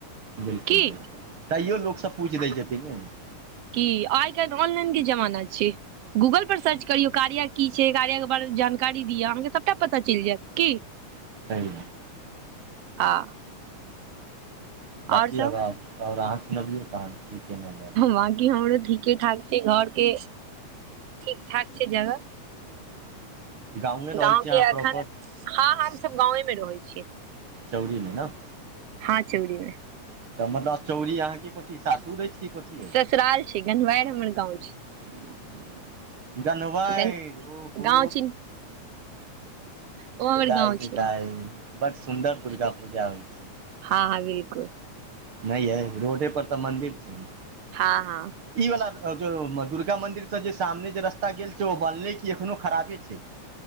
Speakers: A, on the right (about 45°); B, on the right (about 70°).
A: बिल्कुल
B: की
A: बिल्कुल तैयो लोक सब पूछ दै छथिन ने
B: कि आइ काल्ह ऑनलाइन के जमाना छै गूगल पर सर्च करियौ कार्या की छै कार्य के बारे मे जानकारी दिय अहाँके सबटा पता चलि जायत की
A: सहि
B: हँ
A: बाँाकी
B: आओर सब
A: अगर अगर अहाँ सुनबियौ तहन की केना रहल छै।
B: बाकी हमरो ठीके ठाक छै घर के ठीकठाक छै जगह
A: गाँवे रहै
B: गाँव
A: छी अहाँ
B: के एखन
A: प्रॉपर
B: हँ हमसभ गाँवेमे रहै छीयै
A: चौड़ीमे ने
B: हँ चौड़ी मे
A: तऽ मतलब चौरी अहाँके कथि सासुर रहै की कथी हइ
B: ससुराल छै घनवार हमर गाँव छै
A: गान ह भै
B: गन
A: ओ हो
B: गाँव छी ओ हमर
A: विदाई
B: गाँव
A: विदाइ
B: छै
A: बड सुन्दर दुर्गा पूजा होइ छै
B: हँ हँ बिल्कुल
A: नहि यय रोडे पर तऽ मंन्दिर छै
B: हँ हँ
A: ई वाला दुर्गा मंदिर से जे सामने जे रस्ता गेल छै ओ बनले क एखनो खराबे छै <unintelligible>